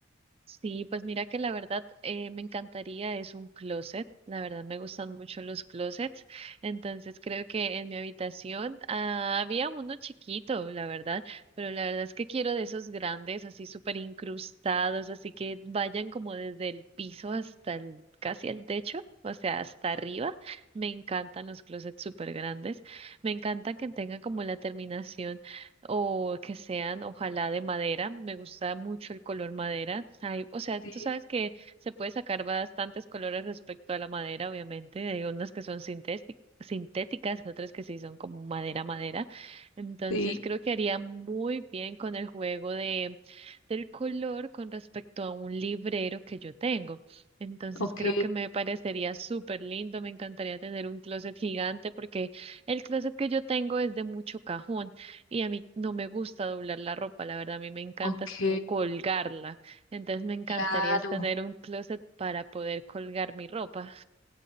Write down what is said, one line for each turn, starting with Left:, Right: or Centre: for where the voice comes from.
Right: Sí, pues mira que la verdad eh, me encantaría, es un closet, la verdad me gustan mucho los closets, entonces creo que en mi habitación ah, había uno chiquito, la verdad, pero la verdad es que quiero de esos grandes, así súper incrustados, así que vayan como desde el piso hasta el, casi el techo, o sea, hasta arriba, me encantan los closets súper grandes, me encanta que tengan como la terminación o que sean, ojalá de madera. Me gusta mucho el color madera. Hay, o sea,
Left: Sí,
Right: tú sabes que se puede sacar bastantes colores respecto a la madera, obviamente. Hay unas que son sintéti- sintéticas, otras que sí son como madera, madera. Entonces
Left: sí,
Right: creo que haría muy bien con el juego de, del color con respecto a un librero que yo tengo. Entonces
Left: ok,
Right: creo que me parecería súper lindo. Me encantaría tener un closet gigante porque el closet que yo tengo es de mucho cajón. Y a mí no me gusta doblar la ropa, la verdad, a mí me encanta
Left: ok,
Right: es po- colgarla. Entonces me encantaría
Left: claro.
Right: es tener un closet para poder colgar mi ropa.